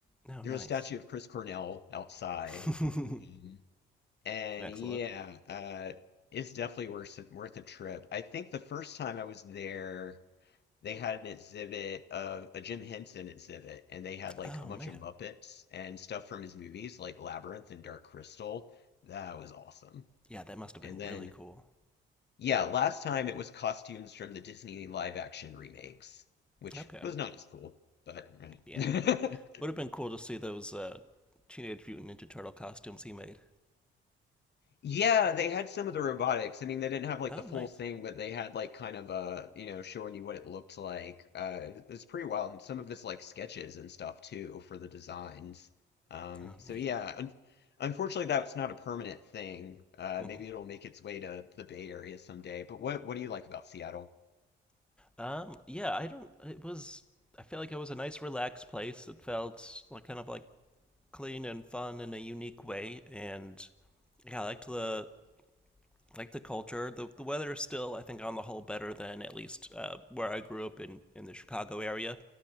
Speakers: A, in the centre; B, on the left.
A: No,
B: There's
A: nice.
B: a statue of Chris Cornell outside.
A: <laughs>
B: Mhm. And
A: Excellent.
B: yeah, uh, it's definitely worth it, worth a trip. I think the first time I was there, they had an exhibit of a Jim Henson exhibit, and they had like
A: Oh
B: a bunch
A: man.
B: of Muppets and stuff from his movies, like Labyrinth and Dark Crystal. That was awesome.
A: Yeah, that must have been
B: And
A: really
B: then,
A: cool.
B: yeah, last time it was costumes from the Disney live action remakes, which
A: Okay.
B: was not as cool, but
A: Yeah.
B: eh. <laughs>
A: Would have been cool to see those uh Teenage Mutant Ninja Turtle costumes he made.
B: Yeah, they had some of the robotics. I mean, they didn't have like
A: Oh,
B: the full
A: nice.
B: thing, but they had like kind of a, you know, showing you what it looked like. Uh, it's pretty wild, and some of this like sketches and stuff too for the designs. Um,
A: Oh,
B: so
A: neat.
B: yeah, un unfortunately, that's not a permanent thing. Uh,
A: hmm
B: maybe it'll make its way to the Bay Area someday. But what what do you like about Seattle?
A: Um, yeah, I don't it was I feel like it was a nice relaxed place. It felt like kind of like clean and fun in a unique way and yeah, I liked the like the culture. The the weather is still, I think, on the whole, better than at least uh, where I grew up in in the Chicago area,